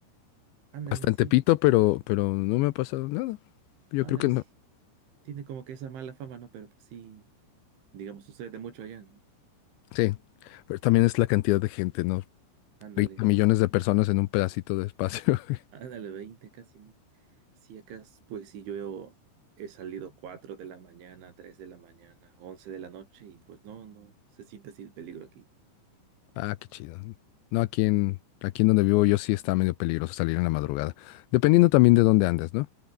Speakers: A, on the right; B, on the left.
A: Ándale,
B: hasta
A: sí,
B: en Tepito, pero, pero no me ha pasado nada. Yo
A: ándale,
B: creo que no.
A: sí. Tiene como que esa mala fama, ¿no? Pero pues sí, digamos, sucede mucho allá. ¿no?
B: Sí, pero también es la cantidad de gente, ¿no?
A: Ándale,
B: 30
A: s-
B: millones de personas en un pedacito de espacio. <laughs>
A: ándale, 20 casi, ¿no? Sí, acá, es, pues sí, yo he salido 4 de la mañana, 3 de la mañana, 11 de la noche y pues no, no, se siente así el peligro aquí.
B: Ah, qué chido. No, aquí en, aquí en donde vivo yo sí está medio peligroso salir en la madrugada, dependiendo también de dónde andes, ¿no?